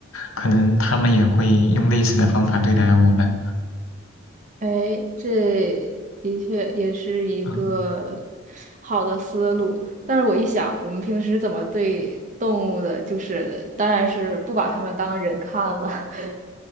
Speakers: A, on the left (about 80°); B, on the right (about 35°).
A: 可能他们也会用类似的方法对待我们。
B: 哎，这的确也是一个
A: 嗯。
B: 好的思路。但是我一想，我们平时怎么对动物的，就是当然是不把它们当人看了。<laughs>